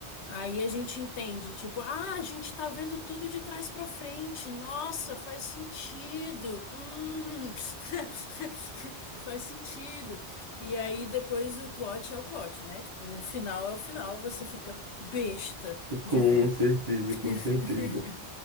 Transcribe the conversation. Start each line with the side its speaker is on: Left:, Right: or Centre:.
Left: Aí a gente entende, tipo, ah, a gente tá vendo tudo de trás pra frente. Nossa, faz sentido. Hum, <laughs> faz sentido. E aí depois o plot é o plot, né? Tipo, o final é o final, você fica besta
Right: com
Left: de ver.
Right: certeza, com
Left: <laughs>
Right: certeza.